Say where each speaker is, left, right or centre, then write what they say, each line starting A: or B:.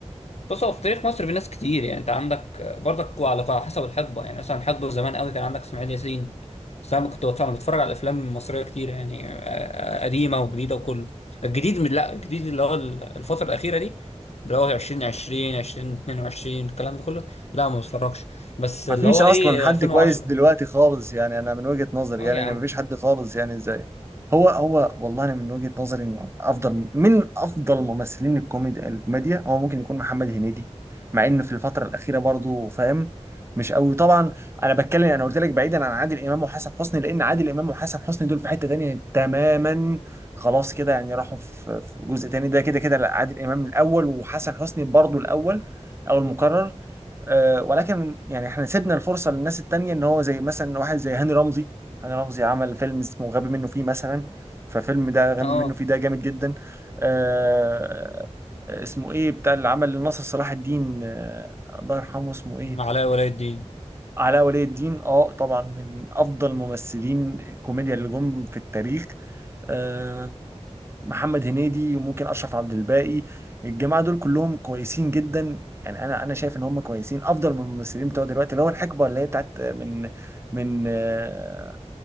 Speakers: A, on the left; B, on the right.
A: بص هو في تاريخ مصر في ناس كتير يعني انت عندك برضك على على حسب الحقبه يعني مثلا حقبه زمان قوي كان عندك اسماعيل ياسين بس انا كنت بتفرج انا بتفرج على الافلام المصريه كتير يعني آه، آه، قديمه وجديده وكله الجديد من لا الجديد اللي هو ال- الفتره الاخيره دي اللي هو 2020 2022 الكلام ده كله لا ما بتفرجش بس اللي
B: مفيش
A: هو
B: اصلا
A: ايه
B: حد
A: 2010
B: كويس دلوقتي خالص يعني انا من وجهة نظري
A: اه
B: يعني
A: يا
B: ان
A: عم
B: مفيش حد خالص يعني ازاي هو هو والله انا من وجهة نظري ان افضل من افضل ممثلين الكوميديا الكوميديا هو ممكن يكون محمد هنيدي مع انه في الفترة الأخيرة برضو فاهم مش قوي طبعا انا بتكلم انا قلت لك بعيدا عن عادل امام وحسن حسني لان عادل امام وحسن حسني دول في حتة تانية تماما خلاص كده يعني راحوا في في جزء تاني ده كده كده لا، عادل امام الاول وحسن حسني برضو الاول او المكرر آه، ولكن يعني احنا سيبنا الفرصه للناس التانيه ان هو زي مثلا واحد زي هاني رمزي هاني رمزي عمل فيلم اسمه غبي منه فيه مثلا ففيلم ده غبي
A: اه
B: منه فيه ده جامد جدا آه، آه، اسمه ايه بتاع اللي عمل لناصر صلاح الدين آه، الله يرحمه اسمه ايه
A: علاء ولي الدين
B: علاء ولي الدين اه طبعا من افضل ممثلين الكوميديا اللي جم في التاريخ آه، محمد هنيدي وممكن اشرف عبد الباقي الجماعه دول كلهم كويسين جدا يعني انا انا شايف ان هم كويسين افضل من الممثلين بتوع دلوقتي اللي هو الحقبه اللي هي بتاعت من من آه،